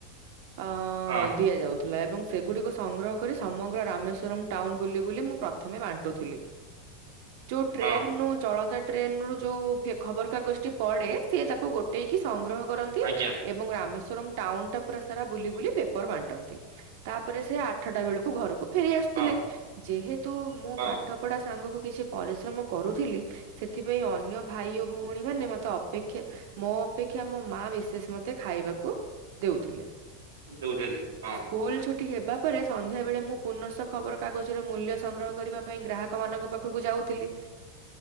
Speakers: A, on the right; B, on the right.
A: ଅଁ
B: ହଁ
A: ଦିଆଯାଉଥିଲା ଏବଂ ସେଗୁଡିକୁ ସଂଗ୍ରହ କରି ସମଗ୍ର ରାମେଶ୍ୱରମ ଟାଉନ ବୁଲି ବୁଲି ମୁଁ ପ୍ରଥମେ ବାଣ୍ଟୁଥିଲି। <inaudible> ଯୋଉ ଟ୍ରେନ
B: ହଁ
A: ରୁ ଚଳନ୍ତା ଟ୍ରେନ ରୁ ଯୋଉ ଫେ ଖବରକାଗଜ ଟି ପଡେ ସିଏ ତାକୁ ଗୋ ଟେଇକି ସଂଗ୍ରହ କରନ୍ତି
B: ଆଜ୍ଞା
A: ଏ ଏବଂ ରାମେଶ୍ଵର ଟାଉନ ଟା ପୁରା ସାରା ବୁଲି ବୁଲି ପେପର ବାଣ୍ଟନ୍ତି। ତାପରେ ସେ ଆଠଟା ବେଳକୁ ଘରୁ କୁ ଫେରି ଆସୁଥିଲେ
B: ହଁ
A: ଯେହେତୁ ମୁଁ
B: ହଁ
A: ପାଠ ପଢା ସାଙ୍ଗକୁ କିଛି ପରିଶ୍ରମ କରୁଥିଲି ସେଥିପାଇଁ ଅନ୍ୟ ଭାଇ ଓ ଭଉଣୀ ମାନେ ମତେ ଅପେକ୍ଷା ମୋ ଅପେକ୍ଷା ମୋ ମା ବିଶେଷ ମତେ ଖାଇବାକୁ ଦେଉଥିଲେ।
B: ଦୋଉଥିଲେ ହଁ।
A: କୁଲ୍ ଛୁ ଟୀ ହେବା ପରେ ସନ୍ଧ୍ୟାବେଳେ ମୁଁ ପୁନଃଶ ଖବରକାଗଜର ମୂଲ୍ୟ ସଂଗ୍ରହ କରିବା ପାଇଁ ଗ୍ରାହକମାନଙ୍କ ପାଖକୁ ଯାଉଥିଲି।